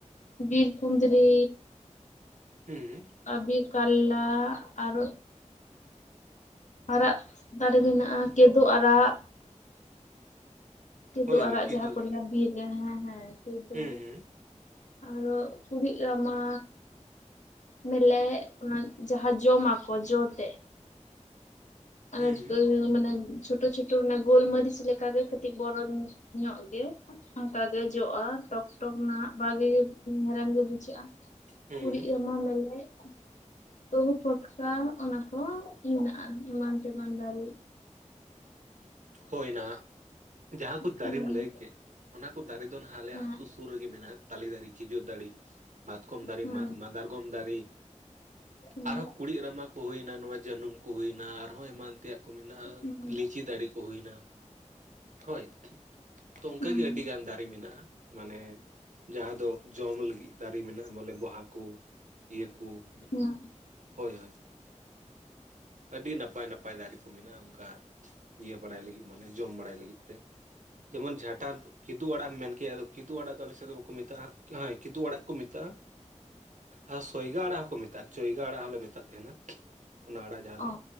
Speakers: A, on the left (about 70°); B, on the right (about 75°).
A: ᱵᱤᱨ ᱠᱩᱸᱫᱽᱨᱤ
B: ᱦᱩᱸ
A: ᱵᱤᱨ ᱠᱟᱞᱞᱟᱸ ᱟᱨ ᱟᱨᱟᱜ ᱫᱟᱨᱮ ᱢᱮᱱᱟᱜᱼᱟ ᱠᱮᱫᱩ ᱟᱨᱟᱜ᱾ ᱠᱮᱫᱩ
B: ᱦᱳᱭ
A: ᱟᱨᱟᱜ
B: ᱦᱳᱭ ᱠᱤᱫᱩᱵ
A: ᱡᱟᱦᱟᱸ ᱠᱚ
B: ᱟᱲᱟᱜ
A: ᱞᱟᱭᱟ ᱵᱤᱨ ᱨᱮ ᱦᱮᱸ ᱦᱮᱸ ᱠᱮᱫᱩ,
B: ᱦᱩᱸ ᱦᱩᱸ
A: ᱟᱨᱦᱚ ᱠᱩᱲᱤᱫ ᱨᱟᱢᱟ ᱢᱮᱞᱮᱜ ᱚᱱᱟ ᱡᱟᱦᱟᱸ ᱡᱚᱢᱟᱠᱚ ᱡᱚ ᱛᱮ, ᱟᱡ
B: ᱦᱩᱸ
A: <unintelligible> ᱢᱟᱱᱮ ᱪᱷᱳᱴᱳ ᱪᱷᱳᱴᱳ ᱚᱱᱟ ᱜᱳᱞᱢᱟᱹᱨᱤᱪ ᱞᱮᱠᱟᱜᱮ ᱠᱟᱹᱴᱤᱡ ᱵᱚᱨᱚ ᱧᱚᱜ ᱜᱮ ᱚᱱᱠᱟ ᱜᱮ ᱡᱚᱜᱼᱟ ᱴᱚᱠ ᱴᱚᱠ ᱱᱟᱸᱜ, ᱵᱷᱟᱜᱮ ᱜᱮ ᱦᱮᱲᱮᱢ ᱜᱮ ᱵᱩᱡᱷᱟᱹᱜᱼᱟ
B: ᱦᱩᱸ
A: ᱠᱩᱲᱤᱫ ᱨᱟᱢᱟ ᱢᱮᱞᱮᱜ᱾ ᱟᱹᱦᱩ ᱯᱷᱚᱴᱠᱟ ᱚᱱᱟ ᱠᱚ ᱦᱮᱱᱟᱜᱼᱟ ᱮᱢᱟᱱ ᱛᱮᱢᱟᱱ ᱫᱟᱨᱮ᱾
B: ᱦᱳᱭ ᱱᱟᱦᱟᱜ ᱡᱟᱦᱟᱸ ᱠᱚ ᱫᱟᱨᱮᱢ
A: ᱦᱩᱸ
B: ᱞᱟᱹᱭ ᱠᱮᱫ ᱚᱱᱟ ᱠᱚ ᱫᱟᱨᱮ ᱫᱚ ᱱᱟᱦᱟᱜ ᱟᱞᱮ
A: ᱦᱮᱸ
B: ᱟᱛᱳ ᱥᱩᱨ ᱨᱮᱜᱮ ᱢᱮᱱᱟᱜ-ᱟ᱾ ᱛᱟᱞᱤ ᱫᱟᱨᱤ ᱠᱷᱤᱡᱩᱨ ᱫᱟᱲᱤ ᱢᱟᱛᱠᱚᱢ ᱫᱟᱨᱮ
A: ᱦᱮᱸ
B: ᱢᱟ ᱢᱟᱫᱟᱨᱜᱚᱢ ᱫᱟᱨᱤ,
A: ᱦᱩᱸ
B: ᱟᱨᱦᱚᱸ ᱠᱩᱲᱤᱫ ᱨᱟᱢᱟ ᱠᱚ ᱦᱩᱭᱱᱟ ᱱᱚᱣᱟ ᱡᱟᱹᱱᱩᱢ ᱠᱚ ᱦᱩᱭᱱᱟ ᱟᱨᱦᱚᱸ ᱮᱢᱟᱱ ᱛᱮᱭᱟᱜ ᱠᱚ ᱢᱮᱱᱟᱜᱼᱟ
A: ᱦᱩᱸ
B: ᱞᱤᱪᱤ ᱫᱟᱨᱮ ᱠᱚ ᱦᱩᱭᱱᱟ᱾ ᱦᱳᱭ, ᱛᱚ ᱚᱱᱠᱟᱜᱮ
A: ᱦᱩᱸ
B: ᱟᱹᱰᱤᱜᱟᱱ ᱫᱟᱨᱮ ᱢᱮᱱᱟᱜᱼᱟ ᱢᱟᱱᱮ ᱡᱟᱦᱟᱸ ᱫᱚ ᱡᱚᱢ ᱞᱟᱹᱜᱤᱫ ᱫᱟᱨᱮ ᱢᱮᱱᱟᱜᱼᱟ ᱵᱚᱞᱮ ᱵᱟᱦᱟ ᱠᱚ ᱤᱭᱟᱹ ᱠᱚ
A: ᱦᱩᱸ
B: ᱦᱳᱭ ᱦᱳᱭ ᱟᱹᱰᱤ ᱱᱟᱯᱟᱭ ᱱᱟᱯᱟᱭ ᱫᱟᱨᱮ ᱠᱚ ᱢᱮᱱᱟᱜᱼᱟ ᱚᱱᱠᱟ ᱤᱭᱟᱹ ᱵᱟᱲᱟᱭ ᱞᱟᱹᱜᱤᱫ ᱢᱟᱱᱮ ᱡᱚᱢ ᱵᱟᱲᱟᱭ ᱞᱟᱹᱜᱤᱫ ᱛᱮ᱾ ᱡᱮᱢᱚᱱ ᱡᱷᱟᱴᱟᱢ ᱠᱤᱫᱩ ᱟᱲᱟᱜᱮᱢ ᱢᱮᱱ ᱠᱮᱜ ᱟᱫᱚ ᱠᱤᱫᱩ ᱟᱲᱟᱜ ᱫᱚ ᱟᱞᱮᱥᱮᱫ ᱫᱚ ᱵᱟᱠᱩ ᱠᱚ ᱢᱮᱛᱟᱜᱟ ᱠᱤᱦᱟᱭ ᱠᱤᱫᱩ ᱟᱲᱟᱜ ᱠᱚ ᱢᱮᱛᱟᱜᱼᱟ ᱟᱨ ᱥᱚᱭᱜᱟ ᱟᱲᱟᱜ ᱠᱚ ᱢᱮᱛᱟᱜᱼᱟ ᱪᱚᱭᱜᱟ ᱟᱲᱟᱜ ᱦᱚᱸᱞᱮ ᱢᱮᱛᱟᱜ ᱛᱟᱦᱮᱱᱟ ᱚᱱᱟ ᱟᱲᱟᱜ᱾ ᱡᱟᱦᱟᱸ
A: ᱚ
B: ᱫᱚ